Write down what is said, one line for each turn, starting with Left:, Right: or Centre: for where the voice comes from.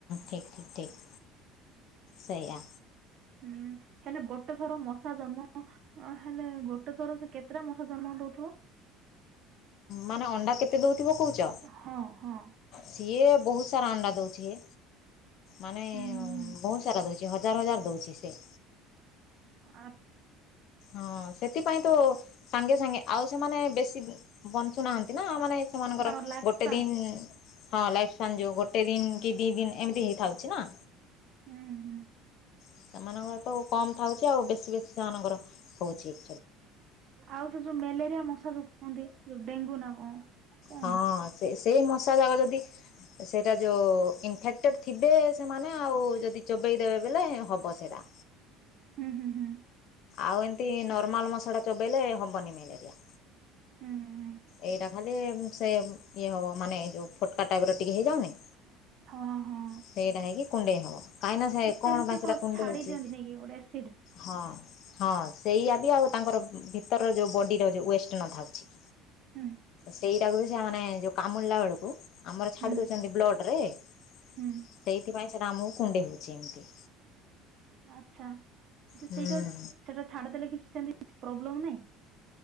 Left: ଠିକ୍ ଠିକ୍ ଠିକ୍ ସେଇଆ।
Right: ହୁଁ ହେଲେ ଗୋଟେ ଥର ମଶା ଜନ୍ମ ଅ ହେଲେ ଗୋଟେ ଥର ସେ କେତେଟା ମଶା ଜନ୍ମ ଦଉଥିବ?
Left: ମାନେ ଅଣ୍ଡା କେତେ ଦଉଥିବ କହୁଛ
Right: ହଁ ହଁ
Left: ସିଏ ବହୁତ୍ ସାରା ଅଣ୍ଡା ଦଉ ମାନେ
Right: ହୁଁ ହୁଁ ହୁଁ
Left: ବହୁତ୍ ସାରା ଦଉଛି ହଜାର ହଜାର ଦଉଛି ସେ।
Right: ଆ
Left: ହଁ ସେଥିପାଇଁ ତ ସାଙ୍ଗେ ସାଙ୍ଗେ ଆଉ ସେମାନେ ବେଶୀ ବଞ୍ଚୁନାହାନ୍ତି ନା ମାନେ ସେମାନଙ୍କର
Right: ତାଙ୍କର ଲାଇଫ
Left: ଗୋଟେ
Right: ସ୍ପାନ୍
Left: ଦିନ୍ ହଁ ଲାଇଫ୍ <unintelligible> ଯୋଉ ଗୋଟେ ଦିନ କି ଦି ଦିନ ଏମିତି ହେଇଥାଉଛି ନା।
Right: ହୁଁ ହୁଁ।
Left: ସେମାନଙ୍କର ତ କମ୍ ଥାଉଛି ଆଉ ବେଶୀ ବେଶୀ ସେମାନଙ୍କର ହଉଛି।
Right: ଆଉ ସେ ଯୋଉ ମ୍ୟାଲେରିଆ ମଶା ଯୋଉ କୁହନ୍ତି ଯୋଉ ଡେଙ୍ଗୁ ନା କଣ? କଣ
Left: ହଁ ସେ ସେଇ ମଶା ଯାକ ଯଦି ସେଇଟା ଯୋଉ ଇନଫେକ୍ଟେଡ ଥିବେ ସେମାନେ ଆଉ ଯଦି ଚୋବେଇ ଦେବେ ବେଲେ ହବ ସେଇଟା।
Right: ହୁଁ ହୁଁ ହୁଁ।
Left: ଆଉ ଏମିତି ନର୍ମାଲ <unintelligible> ଚୋବାଇଲେ ହବନି ମ୍ୟାଲେରିଆ।
Right: ହୁଁ ହୁଁ।
Left: ଏଇଟା ଖାଲି ସେ ଇଏ ହବ ମାନେ ଯୋଉ ଫୋଟକା ଟାଇପ୍ ର ଟିକେ ହେଇଯାଉନି।
Right: ହଁ ହଁ।
Left: ସେଇଟା ହେଇକି କୁଣ୍ଡେଇ ହବ କାହିଁକି ନା ସେ
Right: ଆକ୍ଚୁଆଲି
Left: କଣ ପାଇଁ
Right: ସେ
Left: ସେଟା କୁଣ୍ଡେଇ
Right: ଛାଡି
Left: ହଉଛି?
Right: ଦିଅନ୍ତି ନାଇଁ କି ଗୋଟେ ଏସିଡ୍
Left: ହଁ ହଁ ସେଇଆ ବି ଆଉ ତାଙ୍କର ଭିତର ଯୋଉ ବଡି଼ ର ଯୋଉ ୱେଷ୍ଟ ନଥାଉଛି।
Right: ହୁଁ।
Left: ସେଇଟାକୁ ବି ସେ ମାନେ ଯୋଉ କାମୁଡିଲା ବେଳକୁ ଆମର ଛାଡି
Right: ହୁଁ
Left: ଦଉଛନ୍ତି ବ୍ଲଡ଼ ରେ ସେଇଥିପାଇଁ
Right: ହୁଁ
Left: ସେଟା ଆମକୁ କୁଣ୍ଡେଇ ହଉଛି ଏମତି।
Right: ଆଚ୍ଛା
Left: ହୁଁ
Right: ସେଇଟା ସେଟା ଛାଡିଦେଲେ କିଛି ସେମତି ପ୍ରୋବ୍ଲେମ୍ ନାହିଁ?